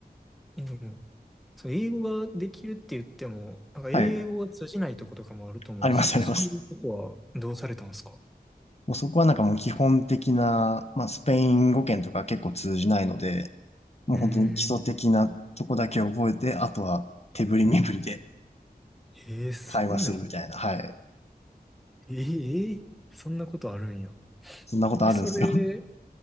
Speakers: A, in the centre; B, on the left.
A: え、でも、その英語ができるって言っても、なんか英語が通じないとことかもあると思うんですけど、
B: はい。あります、あります。
A: そういうとこはどうされたんですか
B: もうそこはなんかもう基本的な、まあスペイン語圏とか結構通じないので、もう本当に基礎的なとこだけ覚えて、
A: うーん。
B: あとは手振り身振りで
A: まあ、ええすごいな。
B: 会話するみたいな。はい。
A: ええええそんなことあるんや。
B: そんなことあるんですよ。
A: え、それ、
B: <laughs>